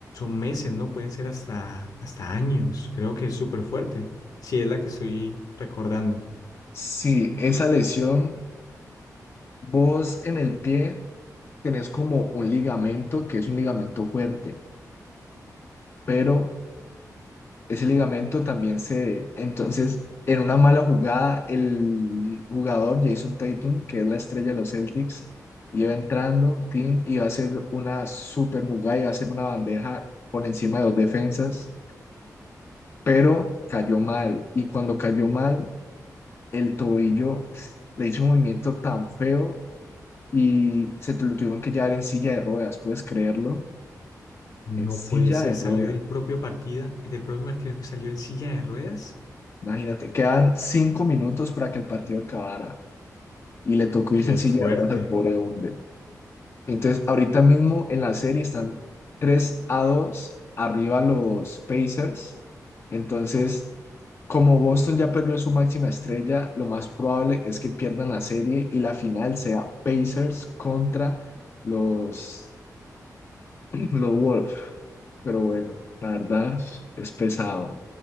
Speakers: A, on the left; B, on the left.
A: meses, ¿no? Pueden ser hasta, hasta años. Creo que es súper fuerte, si es la que estoy recordando.
B: Sí, esa lesión, vos en el pie tenés como un ligamento, que es un ligamento fuerte, pero ese ligamento también se... Entonces, en una mala jugada, el jugador Jason Tatum, que es la estrella de los Celtics, iba entrando, Tim, y va a hacer una super jugada, iba a hacer una bandeja por encima de dos defensas, pero cayó mal. Y cuando cayó mal, el tobillo le hizo un movimiento tan feo y se tu- lo tuvieron que llevar en silla de ruedas, ¿puedes creerlo?
A: No
B: En silla
A: puede ser,
B: de
A: salió
B: ruedas.
A: del propio partida, del propio partido salió en silla de ruedas.
B: Imagínate, quedan cinco minutos para que el partido acabara. y le tocó
A: Qué
B: irse en silla
A: fuerte.
B: de ruedas al pobre hombre. Entonces, ahorita mismo en la serie están 3 a 2 arriba los Pacers. Entonces, como Boston ya perdió su máxima estrella, lo más probable es que pierdan la serie y la final sea Pacers contra los, <clears throat> los Wolves. Pero bueno, la verdad es pesado.